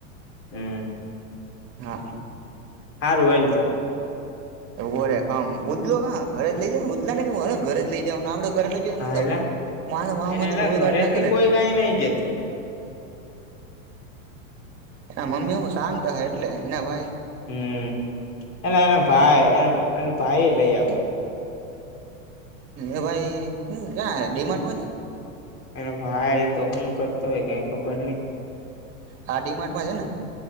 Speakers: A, on the left; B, on the right.
A: હમ
B: હા
A: હારું હાલ તો
B: ઉભોરે ખમ ઉદલો ઘરે જ લઈ જ ને ઉદલા ને ઘરે જ લઈ જને આપડે ઘેલો જ
A: હા
B: મ
A: એલા
B: મા વાહ
A: એને
B: માંથી
A: એલા
B: લોહી
A: ઘરેથી
B: કાઢ નાખ લ
A: કોઈ કાઈ નઈ કેતું
B: એના મમ્મી હું શાંત હ એટલે એના ભય
A: હમ એના એનો ભાઈ એનો એનો ભાઈ લઈ આવતો
B: એ ભાઈ હું ક્યાં ડીમાર્ટ માંથી
A: એને ભાઈ તો હુ કરતો હોય કઈ ખબર નઈ.
B: આ ડીમાર્ટમાં છે ને